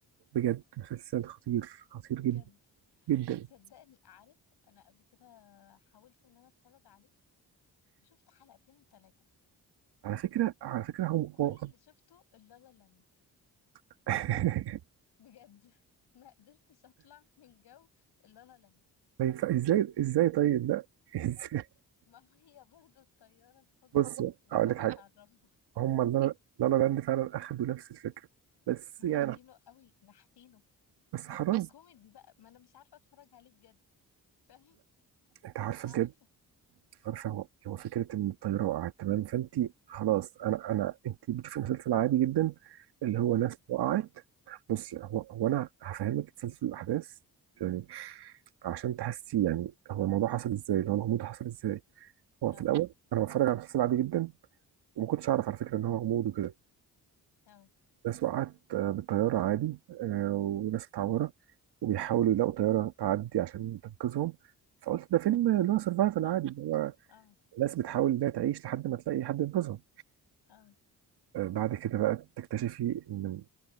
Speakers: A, on the right; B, on the left.
A: بجد مسلسل خطير خطير
B: بجد
A: جدا جدا
B: صدقني عارف انا قبل كده حاولت ان انا اتفرج عليه وشفت حلقتين ثلاثة
A: على فكره على فكره هو
B: كل
A: هو-
B: اللي شفته اللالا لاند
A: <laughs>
B: بجد ما قدرتش اطلع من جو اللا لا لاند
A: ما ينفع ازاي ازاي طيب لا <laughs> ازاي
B: بجد ما هي برضو الطيارة انفجرت
A: بص
B: وقعت
A: اقول لك حاجه
B: على الرملة
A: هم لا لا لا لاند فعلا اخدوا نفس الفكره بس
B: هم
A: يعني
B: اخدينه قوي نحتينه
A: بس
B: بس
A: حرام
B: بكوميدي
A: بس
B: بقى ما انا مش عارفة اتفرج عليه بجد فاهم <laughs>
A: انت عارفه
B: مش عارفة
A: بجد عارفه هو هو فكره ان الطياره وقعت تمام فانت خلاص انا انا انت بتشوفي مسلسل عادي جدا اللي هو
B: او
A: ناس وقعت بصي هو هو انا هفهمك تسلسل الاحداث يعني عشان تحسي يعني هو الموضوع حصل ازاي اللي هو الغموض حصل ازاي هو في
B: او
A: الاول انا بتفرج على مسلسل عادي جدا وما كنتش اعرف على فكره ان هو غموض وكده
B: او
A: ناس وقعت آه، بالطياره عادي آه، وناس اتعورت وبيحاولوا يلاقوا طيارة تعدي عشان تنقذهم فقلت ده فيلم اللي هو سرفايفل عادي
B: او
A: اللي هو
B: او
A: ناس بتحاول انها تعيش لحد ما تلاقي حد ينقذهم
B: او
A: آه، بعد كده بقى تكتشفي ان